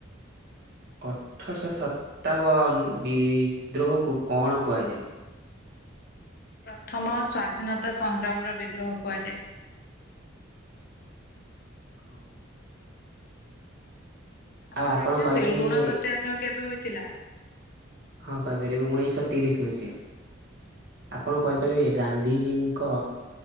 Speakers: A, on the right (about 55°); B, on the left (about 50°).
A: ଅଠରଶହ ସତାବନ ବିଦ୍ରୋହକୁ କଣ କୁହାଯାଏ?
B: ପ୍ରଥମ ସ୍୍ୱାଧୀନତା ସଂଗ୍ରାମର ବିଦ୍ରୋହ କୁହାଯାଏ।
A: <inaudible> ଓ।
B: ଆପଣ
A: ଆଉ
B: ଜାଣିଛନ୍ତି
A: କହିପାରିବେ
B: ଲୁଣ ସତ୍ୟାଗ୍ରହ କେବେ ହୋଇଥିଲା।
A: ହଁ କହିପାରିବି ଉଣେଇଶହ ତିରିଶ ମସିହା ଆପଣ କହିପାରିବେ ଗାନ୍ଧିଜୀଙ୍କ